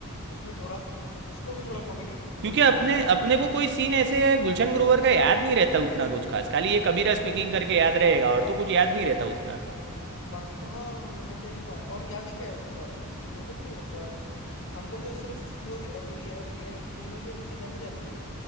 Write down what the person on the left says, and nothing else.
उसमें थोड़ा उसको भी
थोड़ा कॉमेडी वो
दिया
गया
बाकी तो हाँ वरना क्या ही था और याद ही क्या है उसके बारे में मेरे को तो नहीं लगता उसके हमको तो सिर्फ जो हेरा फेरी है और ये है इन तीनों की वजह से जानी जाती है